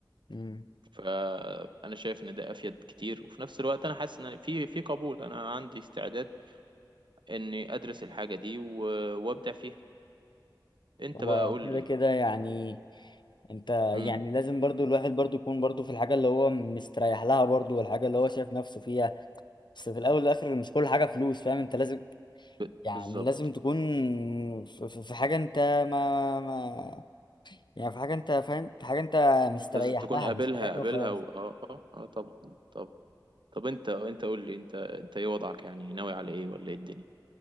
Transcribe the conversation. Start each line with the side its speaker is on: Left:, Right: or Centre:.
Left: امم
Right: فانا شايف ان ده افيد كتير وفي نفس الوقت انا حاسس ان في في قبول انا عندي استعداد اني ادرس الحاجه دي و- وابدع فيها انت
Left: هو
Right: بقى قول
Left: كده
Right: لي
Left: كده يعني انت
Right: مم،
Left: يعني لازم برضو الواحد برضو يكون برضو في الحاجه اللي هو مستريح لها برضو والحاجه اللي هو شايف نفسه فيها بس في الاول والاخر مش كل حاجه فلوس فاهم انت لازم
Right: ب-
Left: يعني
Right: بالظبط
Left: لازم تكون في في- في حاجه انت ما, ما يعني في حاجه انت فاهم في حاجه انت مستريح
Right: لازم تكون
Left: لها
Right: قابلها
Left: مش اي حاجه
Right: قابلها
Left: وخلاص
Right: و... اه اه اه طبعا طبعا طب انت انت قول لي انت انت ايه وضعك يعني ناوي على ايه ولا ايه الدنيا